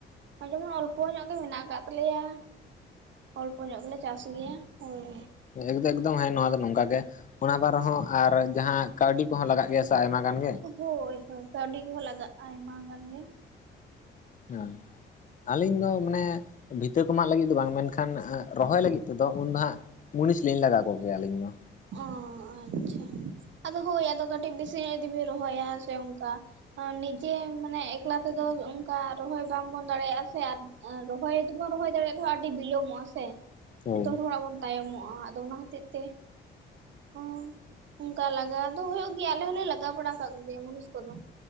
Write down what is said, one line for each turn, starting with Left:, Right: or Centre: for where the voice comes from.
Right: ᱡᱮᱢᱚᱱ ᱚᱞᱯᱚ ᱧᱚᱜ ᱜᱮ ᱢᱮᱱᱟᱜ ᱟᱠᱟᱫ ᱛᱟᱞᱮᱭᱟ᱾ ᱚᱞᱯᱚ ᱧᱚᱜ ᱜᱮᱞᱮ ᱪᱟᱥ ᱜᱮᱭᱟ ᱦᱳᱭ
Left: ᱮᱠᱫᱚ ᱮᱠᱫᱚᱢ ᱦᱮᱸ ᱱᱚᱣᱟ ᱫᱚ ᱱᱚᱝᱠᱟ ᱜᱮ ᱚᱱᱟ ᱵᱟᱨᱮᱦᱚᱸ ᱟᱨ ᱡᱟᱦᱟᱸ ᱠᱟᱹᱣᱰᱤ ᱠᱚᱦᱚᱸ ᱞᱟᱜᱟᱜ ᱜᱮᱭᱟ ᱥᱮ ᱟᱭᱢᱟ ᱜᱟᱱ ᱜᱮ
Right: ᱦᱳᱭ ᱦᱳᱭ ᱠᱟᱹᱣᱰᱤ ᱠᱚ ᱞᱟᱜᱟᱜ-ᱟ ᱟᱭᱢᱟ ᱜᱟᱱ ᱜᱮ᱾
Left: <inaudible> ᱟᱹᱞᱤᱧ ᱫᱚ ᱢᱟᱱᱮ ᱵᱷᱤᱛᱟᱹ ᱠᱚᱢᱟᱜ ᱞᱟᱹᱜᱤᱫ ᱫᱚ ᱵᱟᱝ ᱢᱮᱱᱠᱷᱟᱱ ᱨᱚᱦᱚᱭ ᱞᱟᱹᱜᱤᱫ ᱛᱮᱫᱚ ᱩᱱ ᱫᱚ ᱦᱟᱸᱜ ᱢᱩᱱᱤᱥ ᱞᱤᱧ ᱞᱟᱜᱟ ᱠᱚᱜᱮᱭᱟ ᱟᱹᱞᱤᱧ ᱫᱚ᱾
Right: ᱚ ᱟᱪᱪᱷᱟ ᱟᱫᱚ ᱦᱳᱭ ᱟᱫᱚ ᱠᱟᱹᱴᱤᱡ ᱵᱮᱥᱤ ᱧᱟᱜ ᱡᱩᱫᱤ ᱵᱤᱱ ᱨᱚᱦᱚᱭᱟ ᱥᱮ ᱚᱱᱠᱟ ᱱᱤᱡᱮ ᱢᱟᱱᱮ ᱮᱠᱞᱟ ᱛᱮᱫᱚ ᱚᱱᱠᱟ ᱨᱚᱦᱚᱭ ᱵᱟ ᱵᱚᱱ ᱫᱟᱲᱮᱭᱟᱜ-ᱟ ᱥᱮ ᱟᱨ ᱨᱚᱦᱚᱭ ᱫᱚᱵᱚᱱ ᱨᱚᱦᱚᱭ ᱫᱟᱲᱮᱭᱟᱜ ᱨᱮᱦᱚᱸ ᱟᱹᱰᱤ ᱵᱤᱞᱚᱢᱚᱜ-ᱟ ᱥᱮ᱾
Left: ᱦᱳᱭ
Right: ᱡᱚᱛᱚ ᱦᱚᱲ ᱠᱷᱚᱱᱟᱜ ᱵᱚᱱ ᱛᱟᱭᱚᱢᱚᱜ-ᱟ ᱟᱫᱚ ᱚᱱᱟ ᱦᱚᱛᱮᱡ ᱛᱮ᱾ ᱦᱚ ᱚᱱᱠᱟ ᱞᱟᱜᱟᱣ ᱫᱚ ᱦᱩᱭᱩᱜ ᱜᱮᱭᱟ ᱟᱞᱮ ᱦᱚᱸᱞᱮ ᱞᱟᱜᱟᱣ ᱵᱟᱲᱟ ᱠᱟᱜ ᱜᱮᱭᱟ ᱢᱩᱱᱤᱥ ᱠᱚᱫᱚ᱾